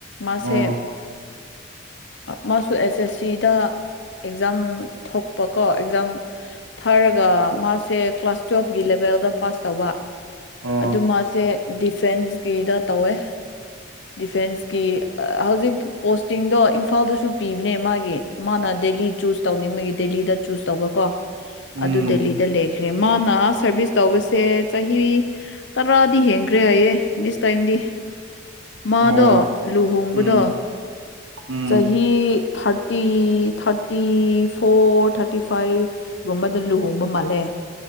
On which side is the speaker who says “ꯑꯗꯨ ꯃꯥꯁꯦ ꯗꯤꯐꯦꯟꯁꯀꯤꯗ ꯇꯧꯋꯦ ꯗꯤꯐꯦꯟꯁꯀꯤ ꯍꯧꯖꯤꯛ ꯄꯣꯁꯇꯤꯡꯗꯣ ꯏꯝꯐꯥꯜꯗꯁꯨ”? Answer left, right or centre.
Left